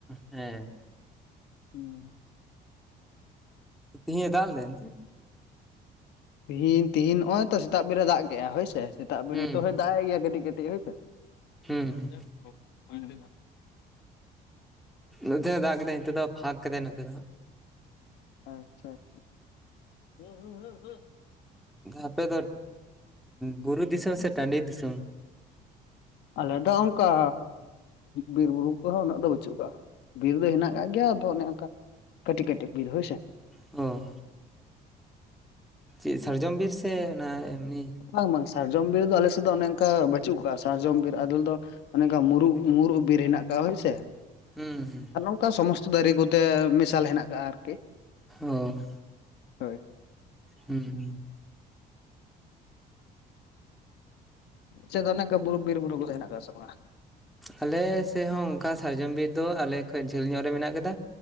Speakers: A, in the centre; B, on the left.
A: ᱦᱮᱸ
B: ᱦᱩᱸ
A: ᱛᱮᱦᱮᱧᱭᱟᱹ ᱫᱟᱜ ᱞᱮᱫᱟᱭ ᱚᱱᱛᱮ
B: ᱛᱤᱦᱤᱧ ᱛᱤᱧ ᱱᱚᱜᱼᱚᱭ ᱛᱚᱛᱟᱜ ᱵᱮ ᱨᱮ ᱫᱟᱜ ᱠᱮᱫᱮᱜᱼᱟ ᱦᱳᱭᱥᱮ ᱥᱮᱛᱟᱜ ᱵᱮᱤᱱ
A: ᱦᱩᱸ
B: ᱱᱤᱛᱚᱜ ᱦᱚᱸᱭ ᱫᱟᱜ ᱮ ᱜᱮᱭᱟ ᱠᱟᱹᱴᱤᱡ ᱠᱟᱹᱴᱤᱡ ᱦᱳᱭᱥᱮᱼᱼ
A: ᱦᱮᱸ ᱦᱮᱸ
B: <inaudible>
A: ᱱᱚᱛᱮ ᱫᱟᱜ ᱠᱮᱫᱟᱭ ᱱᱮᱛᱚ ᱫᱚ ᱯᱷᱟᱜ ᱠᱮᱫᱟᱭ ᱱᱚᱛᱮ ᱫᱚ ᱦᱟᱸᱼᱼ
B: ᱟᱪᱪᱷᱟ ᱟᱪᱪᱷᱟ <unintelligible>
A: ᱟᱯᱮ ᱫᱚ ᱵᱩᱨᱩ ᱫᱤᱥᱚᱢ ᱥᱮ ᱴᱟᱺᱰᱤ ᱫᱤᱥᱚᱢ᱾
B: ᱟᱞᱮ ᱫᱚ ᱚᱱᱠᱟ ᱵᱤᱨ ᱵᱩᱨᱩ ᱠᱚᱦᱚᱸ ᱩᱱᱟᱹᱜ ᱫᱚ ᱵᱟᱹᱪᱩᱜ ᱟᱠᱟᱜᱼᱟ᱾ ᱵᱤᱨ ᱫᱚ ᱦᱮᱱᱟᱜ ᱠᱟᱜ ᱜᱮᱭᱟ ᱟᱫᱚ ᱚᱱᱮ ᱚᱱᱠᱟ ᱠᱟᱹᱴᱤᱡ ᱠᱟᱹᱴᱤᱡ ᱵᱤᱨ ᱦᱳᱭᱥᱮ᱾
A: ᱚ ᱪᱮᱫ ᱥᱟᱨᱡᱚᱢ ᱵᱤᱨ ᱥᱮ ᱚᱱᱟ ᱮᱢᱱᱤ
B: ᱵᱟᱝ ᱵᱟᱝ ᱥᱟᱨᱡᱚᱢ ᱵᱤᱨ ᱫᱚ ᱟᱞᱮᱥ ᱥᱮᱫ ᱫᱚ ᱚᱱᱮ ᱚᱱᱠᱟ ᱵᱪᱩᱜ ᱠᱚᱜᱣᱟ ᱥᱟᱨᱡᱚᱢ ᱵᱤᱨ ᱟᱫᱚᱞ ᱫᱚ᱾ ᱚᱱᱮ ᱚᱱᱠᱟ ᱢᱩᱨᱩ ᱢᱩᱨᱩᱜ ᱵᱤᱨ ᱦᱮᱱᱟᱜ ᱟᱠᱟᱫᱟ ᱦᱳᱭᱥᱮ᱾
A: ᱦᱩᱸ᱾
B: ᱟᱨ ᱱᱚᱝᱠᱟ ᱥᱚᱢᱚᱥᱛᱚ ᱫᱟᱨᱮ ᱠᱚᱛᱮ ᱢᱮᱥᱟᱞ ᱦᱮᱱᱟᱜ ᱟᱠᱟᱫᱼᱟ ᱟᱨᱠᱤ᱾
A: ᱚ
B: ᱦᱳᱭ
A: ᱦᱩᱸ᱾
B: ᱪᱮᱫ ᱫᱚ ᱚᱱᱮᱠᱟ ᱵᱩᱨᱩ ᱵᱤᱨ ᱵᱩᱨᱩ ᱠᱚ ᱦᱮᱱᱟᱜ ᱟᱠᱟᱫ ᱥᱮ ᱵᱟᱝ?
A: ᱟᱞᱮ ᱥᱮᱫ ᱦᱚᱸ ᱚᱱᱠᱟ ᱥᱟᱨᱡᱚᱢ ᱵᱤᱨ ᱫᱚ ᱟᱞᱮ ᱠᱷᱚᱡ ᱡᱷᱟᱹᱞ ᱧᱚᱜ ᱨᱮ ᱢᱮᱱᱟᱜ ᱟᱠᱟᱫᱟ᱾